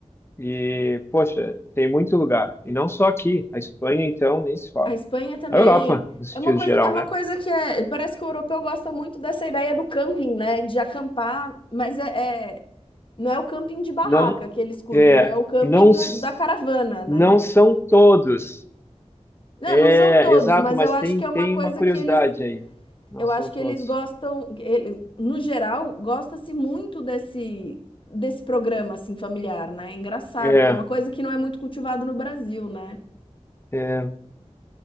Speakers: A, on the left; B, on the left.
A: E, poxa, tem muito lugar. E não só aqui, a Espanha, então, nem se fala.
B: A Espanha também.
A: A Europa, no sentido
B: É uma coisa,
A: geral,
B: é uma
A: né?
B: coisa que é, parece que o europeu gosta muito dessa ideia do camping, né? De acampar, mas é, é- não é o camping de barraca
A: Não,
B: que eles curtem,
A: é,
B: é o camping
A: não,
B: da
A: s-
B: da caravana, né?
A: não são todos.
B: Não,
A: É,
B: não são todos,
A: exato,
B: mas
A: mas
B: eu acho
A: tem,
B: que é
A: tem
B: uma coisa
A: uma curiosidade
B: que eles,
A: aí. Não
B: eu
A: são
B: acho
A: todos.
B: que eles gostam, ele- no geral, gosta-se muito desse desse programa assim familiar, né? É Engraçado,
A: É,
B: que é uma coisa que não é muito cultivado no Brasil, né?
A: é.